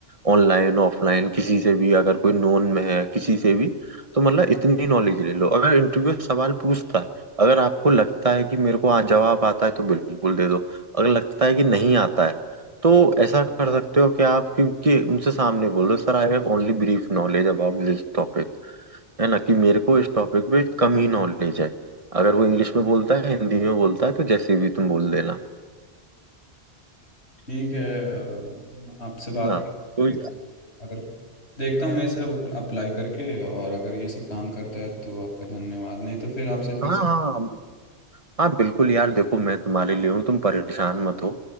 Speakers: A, on the right (about 30°); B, on the left (about 80°).
A: ऑनलाइन ऑफलाइन किसी से भी अगर कोई नोन में है किसी से भी तो मतलब इतनी नॉलेज ले लो अगर इंटरव्यू सवाल पूछता है अगर आपको लगता है कि मेरे को आज जवाब आता है तो बिल्कुल दे दो अगर लगता है कि नहीं आता है तो ऐसा कर सकते हो कि आप क्योंकि उनसे सामने बोलो sir I have only brief knowledge about this topic है ना कि मेरे को इस टॉपिक पे कम ही नॉलेज है अगर वो इंग्लिश में बोलता है हिंदी में बोलता है तो जैसे भी तुम बोल देना
B: ठीक है अ, आपसे बात
A: है ना
B: कर
A: तो
B: फिर अगर देखता हूँ मैं इसे अप्लाई करके और अगर ये सब काम करता है तो आपका धन्यवाद नहीं तो फिर आपसे फिर
A: हाँ
B: से
A: हाँ हाँ बिल्कुल यार देखो मैं तुम्हारे लिए हूँ तुम परेशान मत हो